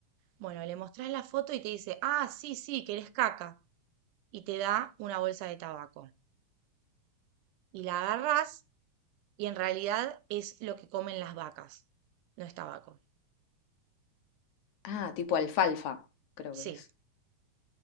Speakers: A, on the right; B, on the left.
A: bueno, le mostrás la foto y te dice, ah, sí, sí, querés caca. Y te da una bolsa de tabaco. Y la agarrás y en realidad es lo que comen las vacas. No es tabaco.
B: Ah, tipo alfalfa, creo
A: Sí.
B: que es.